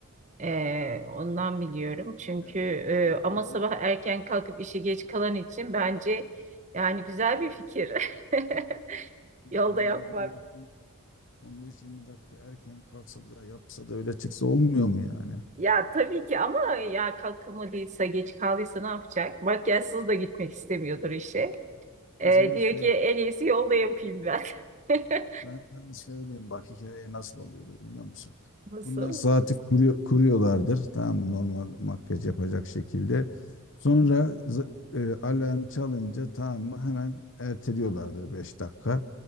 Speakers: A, on the right (about 30°); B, on the left (about 55°).
A: E, ondan biliyorum. Çünkü
B: Yani
A: e,
B: şey
A: ama
B: diyorum.
A: sabah erken kalkıp işe geç kalan için bence yani güzel bir fikir. <laughs> Yolda
B: Yani
A: yapmak.
B: bir 10 15-20 dakika erken kalksa da yapsa da öyle çıksa olmuyor mu yani?
A: Ya tabii ki ama ya kalkamadıysa geç kaldıysa ne yapacak? Makyajsız da gitmek istemiyordur işe. Ee,
B: Ben sana
A: diyor
B: söyleyeyim,
A: ki en iyisi yolda yapayım ben. <laughs>
B: ben sana söyleyeyim bak hikaye nasıl oluyordur biliyor musun?
A: Nasıl?
B: Bunlar saati kuruyor, kuruyorlardır tamam mı normal makyaj yapacak şekilde. Sonra z- e, alarm çalınca tamam mı hemen erteliyorlardır 5 dakika.